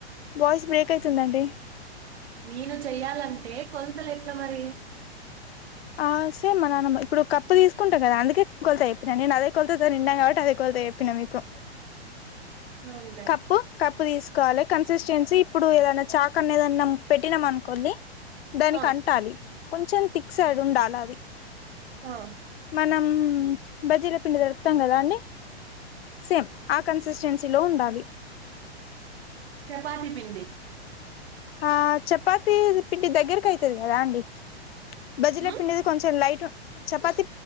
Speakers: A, on the left; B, on the right.
A: వాయిస్ బ్రేక్ అయితుందండి
B: నేను చెయ్యాలంటే కొలతలు ఎట్లా మరి?
A: ఆ సేమ్ మా నాన్నమ్మ ఇప్పుడు కప్పు తీసుకుంటా కదా అందుకే కొలత ఎప్పినా అదే కొలత తో నిన్నా కాబట్టి అదే కొలత చెప్పినా మీకు
B: అవునులే
A: కప్పు కప్పు తీసుకోవాలి కన్సిస్టెన్సీ ఇప్పుడు ఏదన్నా చాక అన్నా ఏదన్నా పెట్టినాం అనుకోళ్లి దానికి
B: ఆ,
A: అంటాలి కొంచెం థిక్ సైడ్ ఉండాలి అది
B: ఆ
A: మనం బజ్జీల పిండి దొరుపుతాం కదా అండి సేమ్ ఆ కన్సిస్టెన్సీలో ఉండాల్
B: చపాతి పిండి
A: ఆ చపాతి పిండి దగ్గరకి అయితది కదా అండి బజ్జీల
B: ఉమ్,
A: పిండిది కొంచెం లైట్ చపాతి